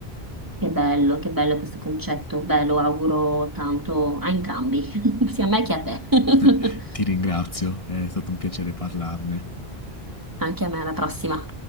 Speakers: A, on the right; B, on the left.
A: Che bello, che bello questo concetto. Beh, lo auguro tanto a entrambi, <laughs> sia a me che a te. <laughs>
B: <laughs> Ti ringrazio, è stato un piacere parlarne.
A: Anche a me, alla prossima.